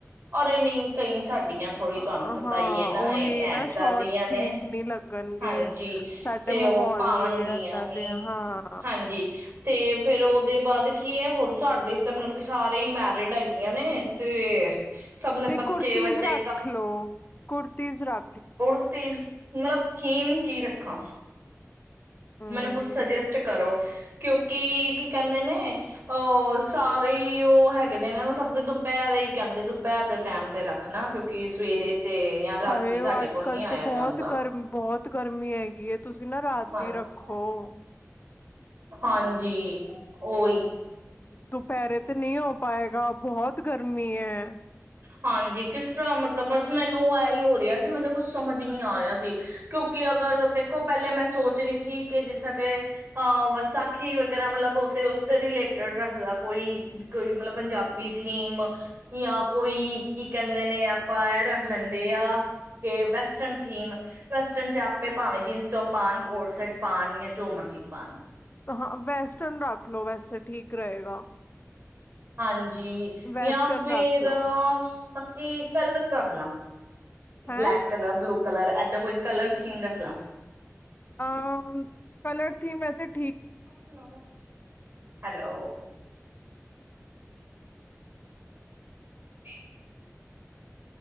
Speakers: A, on the right; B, on the left.
A: ਅਰੇ ਨਹੀਂ। ਕਈਂ ਸਾਡੀਆਂ ਥੋੜ੍ਹੀ
B: ਹਾਂ
A: ਤੁਹਾਨੂੰ ਪਤਾ ਹੀ ਹੈ ਨਾ
B: ਉਹੀ
A: ਇਹ ਇਏਦਾਂ
B: ਨਾ ਸ਼ੋਟਸ
A: ਦੀਆਂ ਨੇ
B: ਠੀਕ ਨਹੀਂ ਲੱਗਣਗੇ
A: ਹਾਂਜੀ
B: ਸਾਡਾ
A: ਤੇ
B: ਮਾਹੌਲ
A: ਉਹ ਪਾਵਨਗੀਆਂ
B: ਵੀ ਏਦਾਂ
A: ਨੀ
B: ਦੇ ਹਾਂ
A: ਹਾਂਜੀ। ਤੇ ਫਿਰ ਉਹਦੇ ਬਾਅਦ ਕੀ ਐ ਹੋਰ ਸਾਡੇ ਤਾਂ ਮਤਲਬ ਕਿ ਸਾਰੇ ਈ ਮੈਰਿਡ ਹੈਗੀਆਂ ਨੇ ਤੇ ਸਭ ਨੇ
B: ਤੇ
A: ਬੱਚੇ
B: ਕੁੁਰਤੀਜ਼
A: ਬੱਚੇ
B: ਰੱਖ ਲੋ ਕੂੜ। ਤੀਸਰਾ।
A: ਕੁੜਤਿਜ ਮਤਲਬ ਥੀਮ ਕੀ ਰੱਖਾਂ।
B: ਹਮ
A: ਮੈਨੂੰ ਕੁੱਛ ਸੁਜੈਸਟ ਕਰੋ। ਕਿਉਂਕਿ ਕੀ ਕਹਿੰਦੇ ਨੇ ਅਹ ਸਾਰੇ ਹੀ ਉਹ ਹੈਗੇ ਨੇ ਉਹ ਸਭ ਦੇ ਦੁਪਹਿਰ ਹੀ ਕਹਿੰਦੇ ਦੁਪਹਿਰ ਦੇ ਟਾਈਮ ਤੇ ਰੱਖਣਾ ਕਿਉਂਕਿ ਸਵੇਰੇ। ਤੇ ਜਾਂ ਰਾਤੀ
B: ਹਾਏ
A: ਸਾਡੇ
B: ਉਹ ਅੱਜ
A: ਕੋਲ
B: ਕੱਲ
A: ਨੀ ਆਇਆ
B: ਤਾਂ ਬਹੁਤ
A: ਜਾਂਦਾ
B: ਗਰਮ ਬਹੁਤ ਗਰਮੀ ਹੈਗੀ ਏ। ਤੁਸੀਂ ਨਾ ਰਾਤੀ
A: ਹਾਂਜੀ
B: ਰੱਖੋ।
A: ਹਾਂਜੀ। ਉਹੀ
B: ਦੁਪਹਿਰੇ ਤੇ ਨਹੀਂ ਹੋ ਪਾਏ। ਗਾ ਬਹੁਤ ਗਰਮੀ ਏ।
A: ਹਾਂਜੀ ਕਿਸ ਤਰ੍ਹਾਂ ਮਤਲਬ ਬਸ ਮੈਨੂੰ ਇਹਹੀ ਹੋ ਰਿਹਾ ਸੀ ਮਤਲਬ ਕੁਛ ਸਮਝ ਹੀ ਨੀ ਆ ਰਿਹਾ ਸੀ ਕਿਉਂਕਿ ਅਗਰ ਦੇਖੋ ਪਹਿਲੇ ਮੈਂ ਸੋਚ ਰਹੀ ਸੀ ਕਿ ਜਿਸ ਤਰ ਕਿ ਅ ਵਸਾਖੀ ਵਗੈਰਾ ਮਤਲਬ ਉਸ ਰਿਲੇਟਡ ਰੱਖਦਾ ਕੋਈ ਕੋਈ ਮਤਲਬ ਪੰਜਾਬੀ ਥੀਮ। ਕੋਈ ਕੀ ਕਹਿੰਦੇ ਨੇ। ਆਪਾਂ ਇਹ ਰੱਖ ਲੈਂਦੇ ਆ ਕਿ ਵੈਸਟਰਨ ਥੀਮ ਵੈਸਟਰਨ ਚ ਆਪੇ ਭਾਵੇਂ ਜੀਨਸ ਟੋਪ ਪਾਉਣ ਕੋਟ ਸ਼ਟ ਪਾਉਣ ਜਾਂ ਚੋ ਮਰਚੀ ਪਾਉਣ।
B: ਹਾਂ ਵੇਸ੍ਟਨ ਰੱਖ ਲੋ ਵੈਸੇ। ਠੀਕ ਰਹੇਗਾ।
A: ਹਾਂਜੀ। ਜੀ
B: ਵੈਸਟਰਨ
A: ਜਾਂ ਫੇਰ
B: ਰੱਖ ਲੋ
A: ਬੱਤੀ ਕੀ ਕਲਰ ਰੱਖਲਾ।
B: ਹੈਂ
A: ਬਲੈਕ ਕਲਰ ਬਲੂ ਕਲਰ। ਔਰ ਇਦਾਂ ਕੋਈ ਕਲਰ ਥੀਮ ਰੱਖਨਾ।
B: ਅ ਕਲਰ ਥੀਮ‌ ਵੈਸੇ ਠੀਕ।
A: <unintelligible> ਹੈਲੋ, <inaudible>